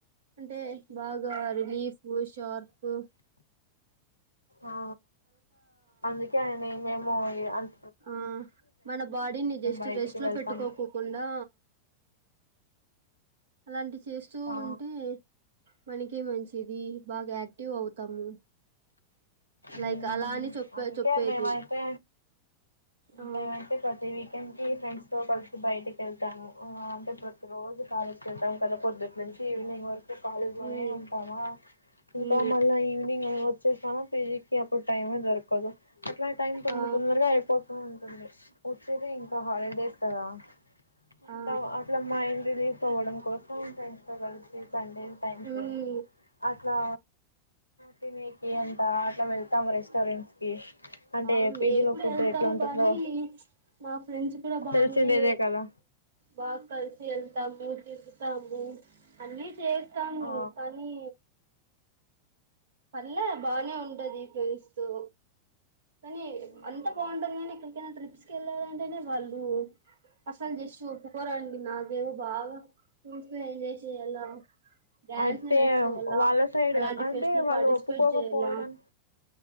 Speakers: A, on the right (about 60°); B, on the left (about 80°).
A: అంటే బాగా రిలీఫ్ ఓషార్పు
B: ఆ అందుకె ఆయినా మేము <unintelligible> అంత్
A: ఆ మన బాడీని జస్ట్
B: బయటికి
A: రెస్ట్ లో
B: వెళ్తాము
A: పెట్టుకోకోకుండా అలాంటి చేస్తూ
B: ఆ
A: ఉంటే మనకి కి మంచిది బాగా యాక్టివ్ అవుతాము లైక్
B: ఉ
A: అలా అని చెప్ప
B: అకే
A: చెప్పేది
B: మేమయితే
A: ఆ
B: మేమయితే కొత కి ఫ్రెండ్స్తో కలిసి బయటకి వెళ్తాము. అంటే ప్రతిరోజు కాలేజ్కి వెళ్తాము కదా పొద్దుటి నుంచి ఈవినింగ్ వర్క్. కాలేజీ లోనే
A: ఈ
B: ఉంటామా, ఇంకా
A: ఈ
B: మళ్ళా ఈవినింగ్ అ వచ్చేసామా పీజీ కి అప్పుడు టైమే దొరకదు. అట్లా టైమ్ తొంద
A: ఆ
B: తొందరగా అయిపోత వచ్చేది ఇంకా హాలిడేస్ కదా. అంట
A: ఆ
B: అట్లా మా ఇంటిది పోవడం కోసం ఉంటాంది. కలిసి సండే టైమ్స్
A: ఉమ్
B: అట్లా తినేకి అంత అట్లా వె తమ రెస్టారెంట్స్ కి అంటే
A: ఆ
B: పీజీలో
A: మేము కూడా
B: ఫుడ్
A: వెళ్తాము.
B: ఎట్లా ఉంటుందో
A: కానీ మా ఫ్రెండ్స్ కూడా బాగునే
B: తెలిసిండేదే కదా
A: బాగా కలిసి వెళ్తాము, తిరుగుతాము. అన్ని చేస్తాము
B: ఆ
A: కానీ పళ్లే బానే ఉంటది ఫ్రెండ్స్ తో అని
B: ఉమ్
A: అంతా
B: అవును
A: పోవండది కానీ ఎ ట్రిప్స్ కి వెళ్ళదంటేనే వాళ్ళు అసలు జస్ట్ ఒప్పుకోరండి. నాదేవో బాగా టూర్స్ ఎంజాయ్ చేయ్యాల, డ్యాన్స్
B: అయితే
A: నేర్చుకోవాలా
B: వాళ్ళ సైడ్
A: అలాంటి
B: అంటే
A: ఫెస్ట్
B: వాళ్ళు
A: పార్టిసిపేట్
B: ఒప్పుకోకపోవడం
A: చేయాల